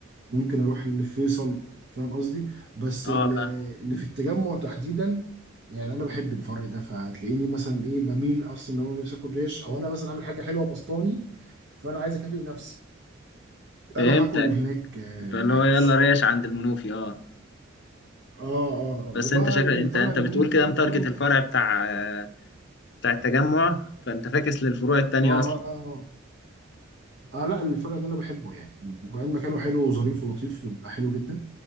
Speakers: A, on the right (about 60°); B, on the left (about 60°).
A: ممكن اروح اللي في فيصل فاهم قصدي بس
B: اه
A: اللي
B: فا-
A: اللي في التجمع تحديدا يعني انا بحب الفرع ده فهتلاقيني مثلا ايه بميل اصلا لو انا نفسي اكل ريش او انا مثلا عامل حاجه حلوه بسطاني فانا عايز اكافئ نفسي
B: فهمتك
A: اروح اكل هناك آه،
B: فاللي
A: ريش
B: هو يلا ريش عند المنوفي اه
A: اه اه
B: بس
A: اه وبقى
B: انت شكلك
A: اللي
B: انت
A: طلع
B: انت
A: اليومين
B: بتقول كده
A: دول
B: متارجت
A: برضو
B: الفرع بتاع آه، بتاع التجمع فانت فاكس للفروع التانية
A: اه اه
B: اصلا
A: اه آه، لا الفرع ده انا بحبه يعني وبعدين مكانه حلو وظريف ولطيف بيبقى حلو جدا